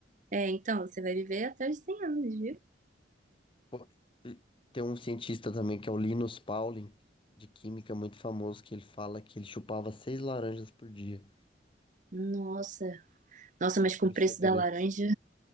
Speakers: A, on the right; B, on the left.
A: É, então, você vai viver até os 100 anos, viu?
B: Pô, e Tem um cientista também que é o Linus Pauling, de química muito famoso, que ele fala que ele chupava seis laranjas por dia.
A: Nossa, nossa, mas
B: Esse
A: com
B: era
A: o
B: o
A: preço
B: segredo.
A: da laranja,